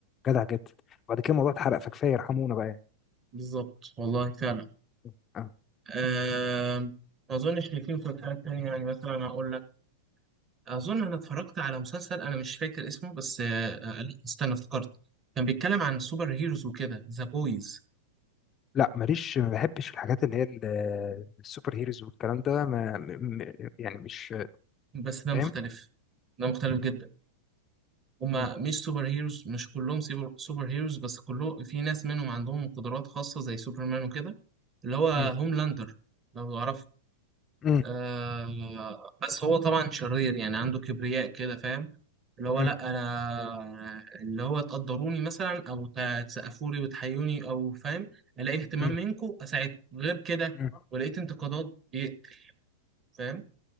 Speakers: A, on the left; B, on the right.
A: جدع جدا وبعد كده الموضوع اتحرق فكفايه يرحمونا بقى يعني
B: بالظبط والله فعلا
A: آه. آه.
B: آم، ما أظنش إن في مسلسلات تانية يعني مثلا أقول لك أظن أنا اتفرجت على مسلسل أنا مش فاكر اسمه بس آه، آه، لا، استنى افتكرت كان بيتكلم عن سوبر هيروز وكده ذا بويز
A: لا ماليش ما بحبش الحاجات اللي هي ال- السوبر هيروز والكلام ده ما م- م- يعني مش
B: بس ده
A: فاهم
B: مختلف ده مختلف جدا هما
A: مم.
B: مش سوبر هيروز مش كلهم سيبر- سوبر هيروز بس كله في ناس منهم عندهم قدرات خاصة زي سوبرمان وكده اللي هو هوملاندر
A: مم.
B: لو تعرفه
A: مم.
B: آه بس هو طبعا شرير يعني عنده كبرياء كده فاهم اللي هو
A: مم.
B: لا انا اللي هو تقدروني مثلا او ت- تسقفوا لي وتحيوني او فاهم الاقي اهتمام
A: مم.
B: منكم اساعدكم غير كده
A: مم.
B: ولقيت انتقادات بيقتل فاهم